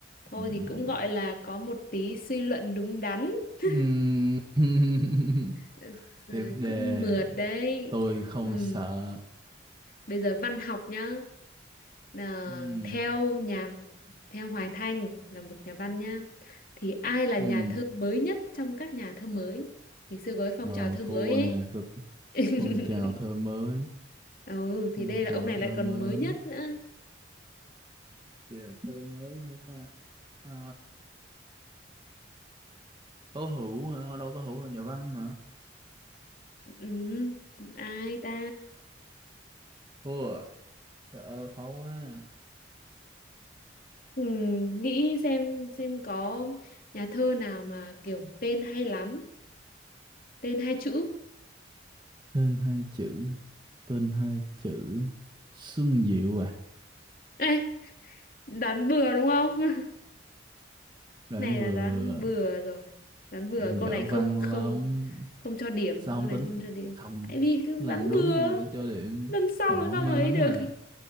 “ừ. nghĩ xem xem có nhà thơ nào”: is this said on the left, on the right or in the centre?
Left